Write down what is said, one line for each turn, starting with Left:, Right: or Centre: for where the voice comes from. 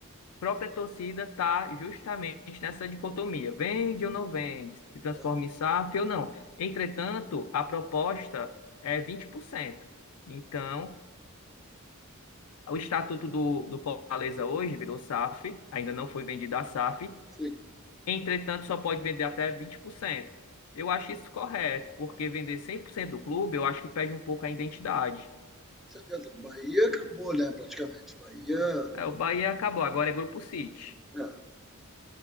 Left: própria torcida está justamente nessa dicotomia, vende ou não vende, se transforma
Centre: É,
Left: em SAF ou não. Entretanto, a proposta é vinte por cento Então, o estatuto do, do Fortaleza hoje virou SAF, ainda não foi vendido a SAF,
Centre: Sim,
Left: Entretanto, só pode vender até 20%. Eu acho isso correto, porque vender 100% do clube, eu acho que perde um pouco a identidade.
Centre: com certeza. Bahia acabou, né? Praticamente. Bahia.
Left: É, o Bahia acabou, agora é Grupo City.
Centre: É.